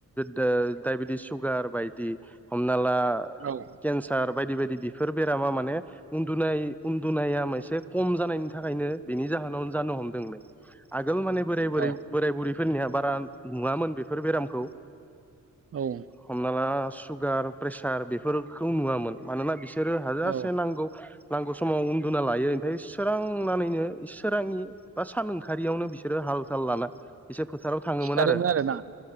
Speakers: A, in the centre; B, on the right.
A: डायेबेथिस, सुगार बायदि हमनाला
B: औ
A: केन्सार बायदि बायदि बि बेफोर बेरामा माने उन्दुनाय उन्दुनाया मोनसे खम जानायनि थाखायनो बेनि जा होनावनो जानो हमदोंलै आगोल माने बोराय बोर
B: औ
A: बोराय बुरैफोरनिहा बारा नुवामोन बेफोर बेरामखौ
B: औ
A: हमना ला सुगार, प्रेसार बेफोरखौ नुवामोन मानोना बिसोरो हाजासे
B: औ
A: नांगौ नांगौ समाव उन्दुना लायो ओमफ्राय सोरांनानैनो सोरांनि बा सान ओंखारारियावनो बिसोरो थाल साल लाना एसे फोथाराव थाङोमोन
B: सिखारोमोन
A: आरो। अ
B: आरोना